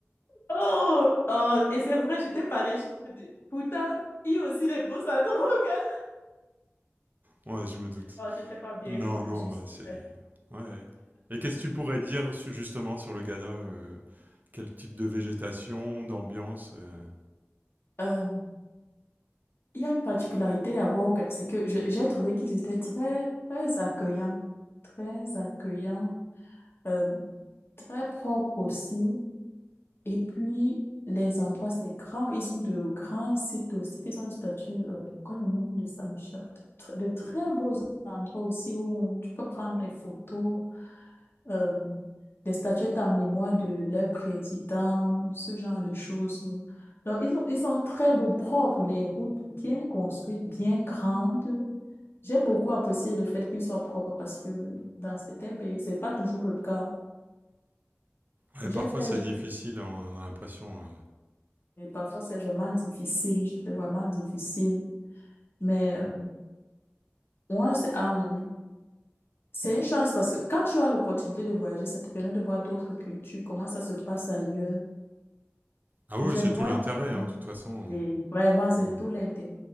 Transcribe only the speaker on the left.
Oh, oh, et c'est vrai, je t'ai parlé. Je t'ai dit, pourtant, il y a aussi les beaux endroits. <laughs>
Non, je t'ai pas bien
vendu,
c'est
vrai. Il y a une particularité d'abord, au Ga- c'est que je- j'ai trouvé qu'ils étaient très, très accueillants, très accueillants, euh, très propres aussi. Et puis, les endroits, c'est grand. Ils ont de grands sites aussi. Ils ont une statue, euh, pourquoi le nom de ça m'échappe? Tr- De très beaux endroits aussi où tu peux prendre des photos euh, des statuettes en mémoire de leur président, ce genre de choses. Donc, ils ont, ils sont très beaux, propres, les routes bien construites, bien grandes. J'ai beaucoup apprécié le fait qu'ils soient propres parce que dans certains pays, c'est pas toujours le cas.
J'ai
fait,
et parfois c'est vraiment difficile, c'est vraiment difficile. Mais euh, moi, c'est euh, c'est une chance parce que quand tu as l'opportunité de voyager, ça te permet de voir d'autres cultures, comment ça se passe ailleurs.
J'aimerais
beaucoup.
Et vraiment, c'est
tout l'intérêt.